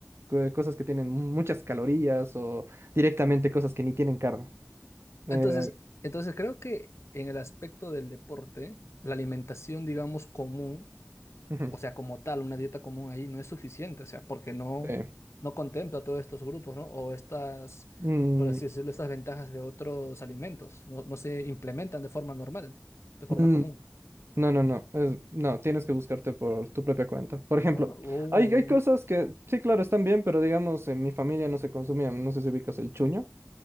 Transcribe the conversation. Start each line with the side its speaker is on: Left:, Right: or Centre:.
Right: co- cosas que tienen muchas calorías o directamente cosas que ni tienen carne. Eh,
Left: Entonces, entonces creo que en el aspecto del deporte, la alimentación, digamos, común
Right: ujú,
Left: o sea, como tal, una dieta común ahí no es suficiente, o sea, porque no,
Right: sí.
Left: no contempla todos estos grupos, ¿no? O estas,
Right: Mm,
Left: por así decirlo, estas ventajas de otros alimentos, no, no se implementan de forma normal, de
Right: mm,
Left: forma común.
Right: No, no, no, es- no, tienes que buscarte por tu propia cuenta. Por ejemplo,
Left: Ah, uy.
Right: hay, hay cosas que sí, claro, están bien, pero digamos, en mi familia no se consumían, no sé si ubicas el chuño.